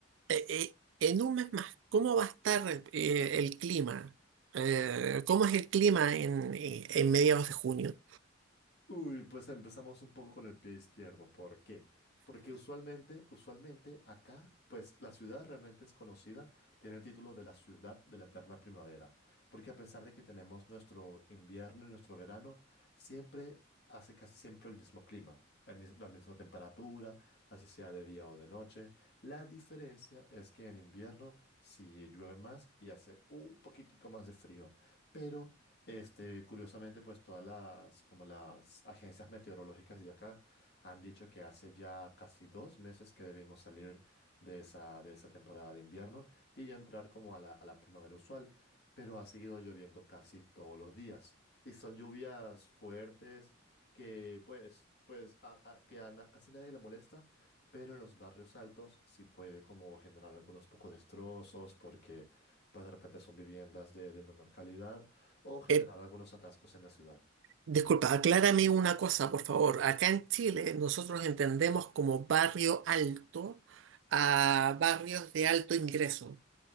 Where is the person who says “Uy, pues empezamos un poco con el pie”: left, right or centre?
Left